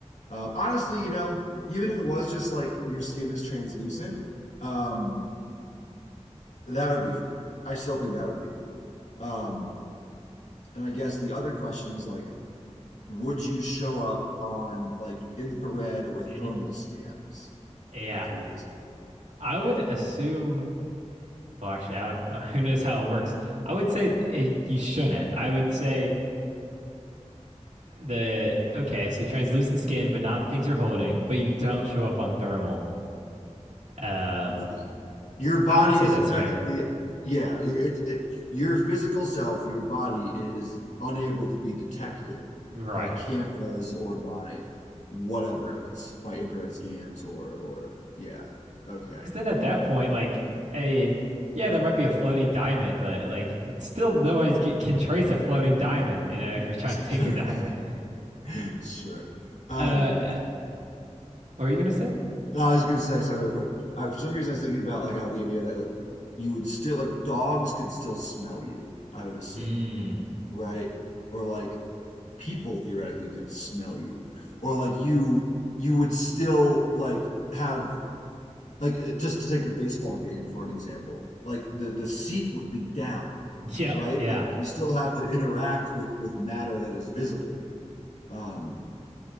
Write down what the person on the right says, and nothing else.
Mm.
Yeah.
I would assume, well, actually, I don't, <laughs> uh, who knows how it works. I would say th- it, you shouldn't. I would say the, okay, so translucent skin, but not things you're holding, but you don't show up on thermal. Um,
I would say
that's
fair.
Right.
Because then at that point, like, I mean, yeah, there might be a floating diamond, but like, it's still nobody's c- can trace a floating diamond, you know, if you're trying
to <laughs> take a diamond.
Uh, uh, what are you gonna say?
Mm.
Yep.
Yeah.